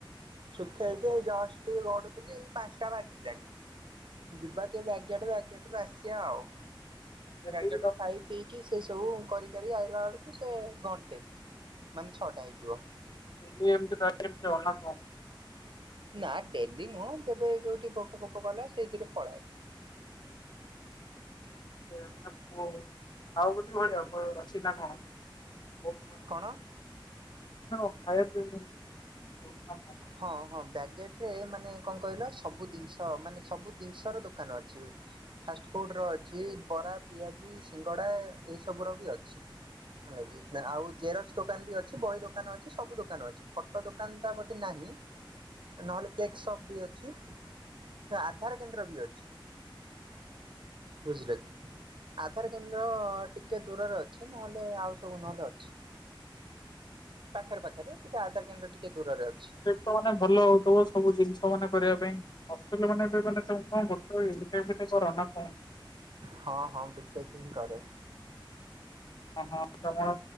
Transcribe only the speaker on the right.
ଶୁଖେଇକି ଏଇ ଜଷ୍ଟ ଟିକେ ଗଡୁଥିଲି ଏଇ ପାଞ୍ଚଟା ବାଜିଲାଣି ଯିବା କେ ବାଗେଟ ବାଗେଟରୁ ଆସିିବା ଆଉ
ବ୍ୟାଗେଟରୁ
ଖାଇ ପିଇକି ସେ ସବୁ କରି କରି ଆଇଲା ବେଳକୁ ସେ ଘଣ୍ଟେ ମାନେ ଛଅଟା ହେଇଯିବ।
ନା ଡେଲି ନୁହଁ ଯେବେ ଯୋଉଠି ଭୋକ ଫୋକ କଲା ସେଇଥିରେ ପଳାଏ।
କଣ
ହଁ ହଁ ବ୍ୟାଗେଟରେ ମାନେ କଣ କହିଲ ସବୁ ଜିନିଷ ମାନେ ସବୁ ଜିନିଷ ର ଦୋକାନ ଅଛି। ଫାଷ୍ଟଫୁଡ଼ରେ ଅଛି ବରା ପିଆଜି ସିଙ୍ଗଡ଼ା ଏସବୁର ବି ଅଛି। ଆ ଆଉ ଜେରକ୍ସ ଦୋକାନ ବି ଅଛି ବହି ଦୋକାନ ଅଛି ସବୁ ଦୋକାନ ଅଛି। ଫଟୋ ଦୋକାନ ଟା ନାହିଁ ନହେଲେ କେକ୍ ସପ ବି ଅଛି। ଆଧାର କେନ୍ଦ୍ର ବି ଅଛି ବୁଝିଲେ କି। ଆଧାର କେନ୍ଦ୍ର ଟିକେ ଦୂରରେ ଅଛି ନହେଲେ ଆଉ ସବୁ ନହେଲେ ଅଛି। ପାଖରେ ପାଖରେ ଟିକେ ଆଧାର କେନ୍ଦ୍ର ଟିକେ ଦୂରରେ ଅଛି।
ହଁ ହଁ ବିଟେକ୍ ହିଁ କରେ।